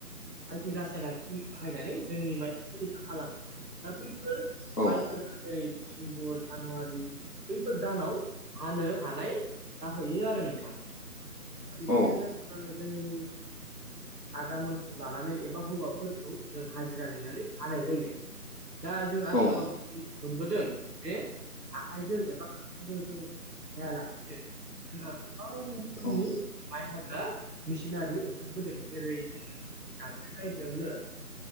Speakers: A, on the right; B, on the left.
A: बायदि रासायनारि बाहायनानै जोंनि माइखौ रैखा खालामो। दा बैफोर
B: औ
A: जायफोरा ओरै डिसेम्बर जानुवारि बैफोर दानाव हानो हानाय जाहैयो आरो नोंथां। दा बिदिनो
B: औ
A: ज जोंनि आदामोनखौ लानानै एबा हौवाफोरखौ जों हाजिरा लिंनानै हानाय जायो। दा जों आथिखालाव
B: औ
A: मोनबोदों जे आखाइजों एबा खाथिजों हायालासे जोंहा गोबां रोखोमनि
B: औ
A: माइ हाग्रा मेसिनारि ओंखारबोदों। जेरै- दाबसे जायगायावनो